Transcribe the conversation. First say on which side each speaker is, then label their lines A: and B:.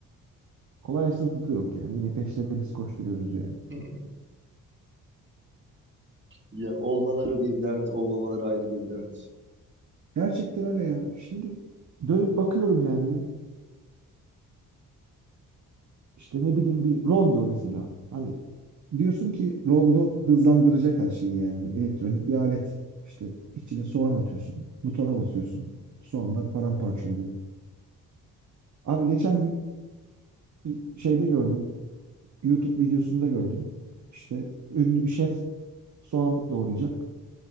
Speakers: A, on the right; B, on the right.
A: Kolaylaştırdığı da yok yani. Yine peşlerinde biz koşturuyoruz yani.
B: <laughs> Ya olmaları bir dert, olmamaları ayrı bir dert.
A: Gerçekten öyle ya. Şimdi dönüp bakıyorum yani bir, işte ne bileyim bir rondo mesela. Hani diyorsun ki rondo hızlandıracak her şeyi yani bir elektronik bir alet. İşte içine soğan atıyorsun, butona basıyorsun. Soğanlar paramparça oluyor. Abi geçen gün bir şeyde gördüm, YouTube videosunda gördüm. İşte ünlü bir şef soğan doğrayacak.